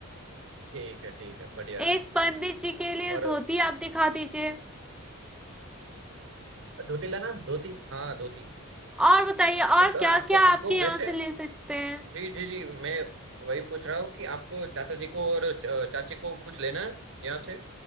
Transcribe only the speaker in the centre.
एक
पंडित जी के लिए
धोती आप दिखा दीजिए
और बताइए और
क्या
क्या
आपके यहाँ
से ले सकते हैं